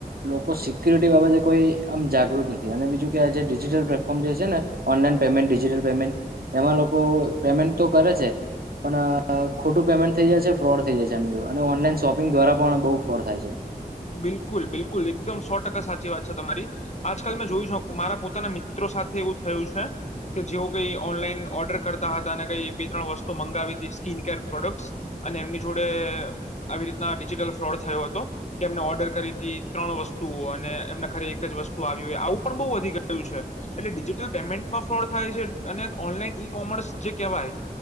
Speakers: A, on the right; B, on the left.
A: લોકો સિક્યુરિટી બાબતે કોઈ આમ જાગૃત નથી અને બીજું કે આ જેે ડિજિટલ પ્લેટફોર્મ જે છે ને ઓનલાઈન પેમેન્ટ ડિજિટલ પેમેન્ટ એમાં લોકો પેમેન્ટ તો કરે છે પણ ખોટું પેમેન્ટ થઈ જાય છે ફ્રોડ થઈ જાય છે એમની જો અને ઓનલાઈન શોપિંગ દ્વારા પણ બહુ ફળ થાય છે
B: બિલકુલ બિલકુલ એકદમ સો ટકા સાચી વાત છે તમારી આજકાલ મેં જોયું છું મારા પોતાના મિત્રો સાથે એવું થયું છે કે જેઓ કઈ ઓનલાઈન ઓર્ડર કરતા હતા અને કઈ બે ત્રણ વસ્તુ મંગાવી હતી સ્કીન કેર પ્રોડક્ટસ અને એમની જોડે આવી રીતના ડિજિટલ ફ્રોડ થયો હતો કે એમને ઓર્ડર કરી હતી ત્રણ વસ્તુઓ અને એમના ઘરે એક જ વસ્તુ આવી હોય આવું પણ બહુ વધી ગયું છે એટલે ડિજિટલ પેમેન્ટમાં ફ્રોડ થાય છે અને ઓનલાઈન ઈ કોમર્સ જે કહેવાય